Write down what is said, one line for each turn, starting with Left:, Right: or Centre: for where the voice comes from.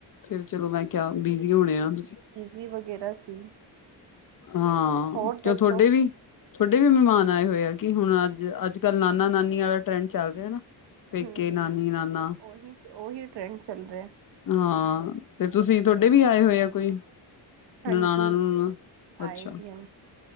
Left: ਫਿਰ ਚਲੋ ਮੈਂ ਕੇਆ ਬਿਜੀ਼ ਹੋਣੇ ਆ ਤੁਸੀ।
Right: ਜੀ ਵਗੈਰਾ ਸੀ।
Left: ਹਾਂ,
Right: ਹੋਰ
Left: ਕਿਓਂ
Right: ਦੱਸੋ
Left: ਥੋਡੇ ਵੀ। ਥੋਡੇ ਵੀ ਮੇਹਮਾਨ ਆਏ ਹੋਏ ਆ ਕਿ ਹੁਣ ਅੱਜ ਅੱਜ ਕੱਲ ਨਾਨਾ ਨਾਨੀ ਆਲਾ ਟਰੈਂਡ ਚੱਲ ਰੇਆ ਨਾ। ਪੇਕੇ
Right: ਹੂੰ,
Left: ਨਾਨੀ ਨਾਨਾ
Right: ਓਹੀ-ਓਹੀ ਟਰੈਂਡ ਚੱਲ ਰੇਆ ਐ।
Left: ਹਾਂ, ਤੇ ਤੁਸੀ ਤੋਡੇ ਵੀ ਆਏ ਹੋਏ ਆ ਕੋਈ।
Right: ਹਾਂਜੀ,
Left: ਨਨਾਣਾ ਨੂੰਣਾ
Right: ਆਏ
Left: ਅੱਛਾ
Right: ਦੀਆਂ ਨ।